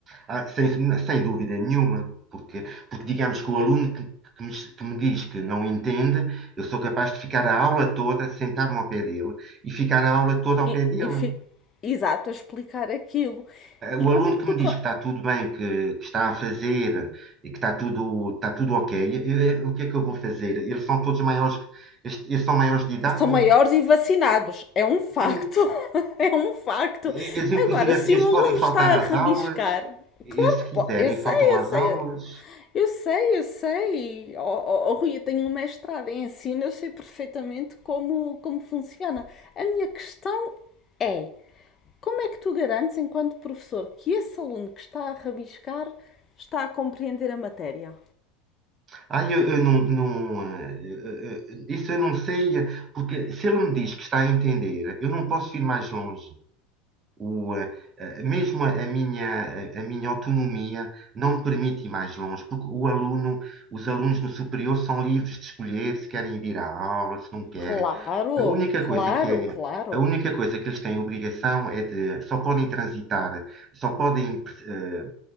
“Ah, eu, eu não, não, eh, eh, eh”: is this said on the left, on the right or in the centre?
Right